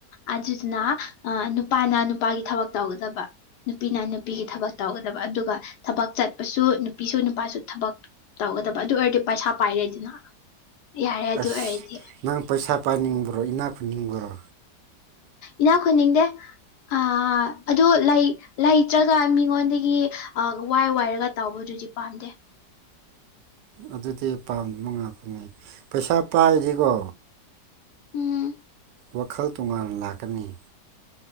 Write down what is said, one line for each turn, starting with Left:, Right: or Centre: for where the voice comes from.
Left: ꯑꯗꯨꯗꯨꯅ ꯑꯥ ꯅꯨꯄꯥꯅ ꯅꯨꯄꯥꯒꯤ ꯊꯕꯛ ꯇꯧꯒꯗꯕ ꯅꯨꯄꯤꯅ ꯅꯨꯄꯤꯒꯤ ꯊꯕꯛ ꯇꯧꯒꯗꯕ ꯑꯗꯨꯒ ꯊꯕꯛ ꯆꯠꯄꯁꯨ ꯅꯨꯄꯤꯁꯨ ꯅꯨꯄꯥꯁꯨ ꯊꯕꯛ ꯇꯧꯒꯗꯕ ꯑꯗꯨ ꯑꯣꯏꯔꯗꯤ ꯄꯥꯢꯁꯥ ꯄꯥꯏꯔꯦꯗꯅ ꯌꯥꯔꯦ ꯑꯗꯨ
Right: ꯑꯁ
Left: ꯑꯣꯏꯔꯗꯤ
Right: ꯅꯪ ꯄꯩꯁꯥ ꯄꯥꯏꯅꯤꯡꯕ꯭ꯔꯣ ꯏꯅꯥ ꯈꯨꯨꯟꯅꯤꯡꯕ꯭ꯔꯣ
Left: ꯏꯅꯥ ꯈꯨꯟꯅꯤꯡꯗꯦ ꯑꯥ ꯑꯗꯨ ꯂꯩ ꯂꯩꯇ꯭ꯔꯒ ꯃꯤꯉꯣꯟꯗꯒꯤ ꯑꯥ ꯋꯥꯏ ꯋꯥꯏꯔꯒ ꯇꯥꯎꯕꯗꯨꯗꯤ ꯄꯥꯝꯗꯦ
Right: ꯑꯗꯨꯗꯤ ꯄꯥꯝꯗꯕ ꯉꯥꯛꯇꯅꯦ ꯄꯩꯁꯥ ꯄꯥꯏꯔꯤꯀꯣ
Left: ꯎꯝ
Right: ꯋꯥꯈꯜ ꯇꯣꯉꯥꯟꯅ ꯂꯥꯛꯀꯅꯤ